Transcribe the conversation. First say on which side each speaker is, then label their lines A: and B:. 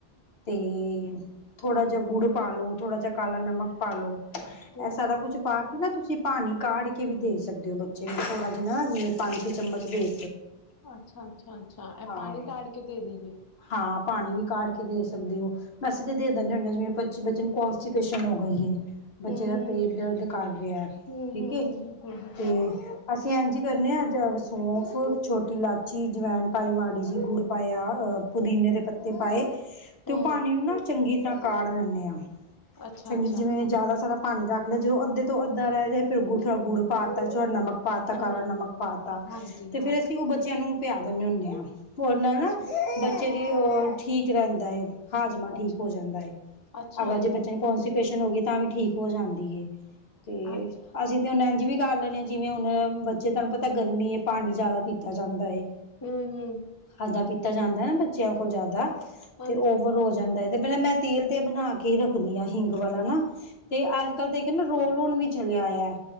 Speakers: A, on the left; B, on the left.
A: ਤੇ ਥੋੜਾ ਜਿਹਾ ਗੁੜ ਪਾ ਲੋ ਥੋੜਾ ਜਿਹਾ ਕਾਲਾ ਨਮਕ ਪਾ ਲੋ ਇਹ
B: ਹੂੰ-ਹੂੰ।
A: ਸਾਰਾ ਕੁਛ ਪਾ ਕੇ ਨਾ ਤੁਸੀਂ ਪਾਣੀ ਕਾੜ ਕੇ ਵੀ ਦੇ ਸਕਦੇ ਹੋ ਬੱਚੇ ਨੂੰ ਥੋੜਾ ਜਿਹਾ ਨਾ ਪੰਜ ਚਮਚ ਦੇ
B: ਅੱਛਾ-ਅੱਛਾ-ਅੱਛਾ ਇਹ
A: ਹਾਂ
B: ਪਾਣੀ ਕਾੜ ਕੇ ਦੇ ਦੇਈਏ।
A: ਹਾਂ ਪਾਣੀ ਵੀ ਕਾੜ ਕੇ ਦੇ ਸਕਦੇ ਹੋ ਅਸੀ ਤਾਂ ਦੇ ਦਿੰਦੇ ਹੁੰਦੇ ਜਿਵੇਂ ਬੱਚ ਨੂੰ ਕੰਸਤਿਪੇਸ਼ਨ ਹੋ ਗਈ ਹੈ ਬੱਚੇ
B: ਹੂੰ-ਹੂੰ,
A: ਦਾ ਪੇਟ ਦਰਦ ਕਰ ਰਿਹਾ
B: ਹੂੰ-ਹੂੰ,
A: ਠੀਕ ਏ
B: ਹੂੰ-ਹੂੰ,
A: ਤੇ ਅਸੀਂ ਇਂਝੀ ਕਰਨੇ ਹਿੰਗ ਸੌਫ ਛੋਟੀ ਇਲਾਚੀ ਚੀ ਅਜਵਾਇਣ ਪਾਈ ਮਾੜੀ ਜਿਹੀ ਗੁੜ ਪਾਇਆ ਪੁਦੀਨੇ ਦੇ ਪੱਤੇ ਪਾਏ
B: ਹੂੰ
A: ਤੇ ਉਹ ਪਾਣੀ ਨੂੰ ਨਾ ਚੰਗੀ ਤਰ੍ਹਾਂ ਕਾਢ ਲੈਂਦੇ ਆਾ
B: ਅੱਛਾ-ਅੱਛਾ
A: ਚੰਗੀ ਜਿਵੇਂ
B: ਹੂੰ।
A: ਜ਼ਿਆਦਾ ਸਾਰਾ ਪਾਣੀ ਰੱਖ ਲਿਆ ਜਦੋਂ ਅੱਧੇ ਤੋਂ ਅੱਧਾ ਰਹਿ ਜਾ ਫਿਰ ਗੁੜ ਥੋੜਾ ਗੁੜ ਪਾਤਾ ਥੋੜਾ ਨਮਕ ਪਾ ਤਾ
B: ਹੂੰ
A: ਕਾਲਾ
B: ਹੂੰ ਅੱਛਾ ਅੱਛਾ
A: ਨਮਕ
B: ਹੂੰ
A: ਪਾ ਤਾ
B: ਹਾਂਜੀ
A: ਤੇ
B: ਹਾਂ
A: ਫੇਰ ਅਸੀਂ ਉਹ ਬੱਚਿਆਂ ਨੂੰ ਪਿਆ ਦਿੰਦੇ ਹੁੰਦੇ ਹਾਂ ਉਹਦੇ ਨਾਲ
B: ਅੱਛਾ,
A: ਨਾ ਬੱਚੇ ਦੀ ਉਹ ਠੀਕ ਰਹਿੰਦਾ ਹੈ ਹਾਜ਼ਮਾ
B: ਅੱਛਾ,
A: ਠੀਕ ਹੋ ਜਾਂਦਾ ਹੈ
B: ਅੱਛਾ-ਅੱਛਾ,
A: ਅਗਰ ਜੇ ਬੱਚੇ ਨੂੰ ਕੌਣ ਸੀ ਪੇਸ਼ਂਟ ਹੋ ਗਈ ਤਾਂ ਵੀ ਠੀਕ ਹੋ ਜਾਂਦੀ ਹੈ ਤੇ
B: ਅੱਛਾ।
A: ਅਸੀਂ ਤੇ ਹੁਣ ਇੰਝ ਵੀ ਕਰ ਲੈਣੇ ਦੇ ਹਾਂ ਜਿਵੇਂ ਹੁਣ ਬੱਚੇ ਤਹਨੂੰ ਤਾਂ ਗਰਮੀ ਹੈ ਪਾਣੀ ਜਿਆਦਾ ਪੀਤਾ ਜਾਂਦਾ ਹੈ
B: ਹੂੰ-ਹੂੰ,
A: ਖਾਦਾ ਪੀਤਾ ਜਾਂਦਾ ਹੈ ਨਾ ਬ ਬੱਚਿਆਂ ਕੋਲ ਜਿਆਦਾ
B: ਹਾਂਜੀ।
A: ਤੇ ਓਵਰ ਹੋ ਜਾਂਦਾ ਹੈ ਤੇ ਪਹਿਲ ਮੈਂ ਤੇਲ ਤੇ ਬਣਾ ਕੇ ਕੇ ਰੱਖਦੀ ਆ ਹਿੰਗ ਵਾਲਾ ਨਾ ਤੇ ਅੱਜ ਕੱਲ ਤਾਂ ਕਹਿੰਦਾ ਰੋਲ ਨ ਵੀ ਚਲਿਆਇ